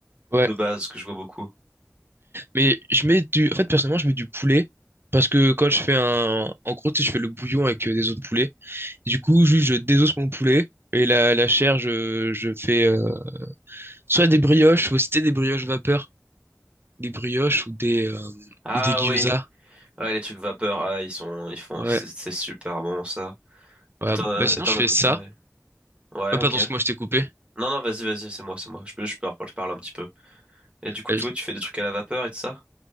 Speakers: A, on the right; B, on the right.
A: Ouais,
B: de base que je vois beaucoup.
A: mais je mets du en fait personnellement, je mets du poulet parce que quand je fais un en gros, tu sais, je fais le bouillon avec euh, des os de poulet. Du coup, juste je désosse mon poulet et la, la chair, je, je fais euh, soit des brioches, faut citer des brioches vapeur, des brioches ou des euh,
B: Ah
A: ou des gyoza.
B: oui, ouais, les trucs vapeur, ah, ils sont, ils font,
A: Ouais.
B: c'est c'est super bon ça.
A: Ouais.
B: Et t'en as
A: Bah sinon
B: et t'en
A: je fais
B: as préparé?
A: ça.
B: Ouais,
A: Euh,
B: ok.
A: pardon, ce que moi je t'ai coupé.
B: Non, non, vas-y, vas-y, c'est moi, c'est moi. Je peux, je peux, je parle un petit peu. Et du coup, tu
A: Euh, je-
B: vois, tu fais des trucs à la vapeur et tout ça?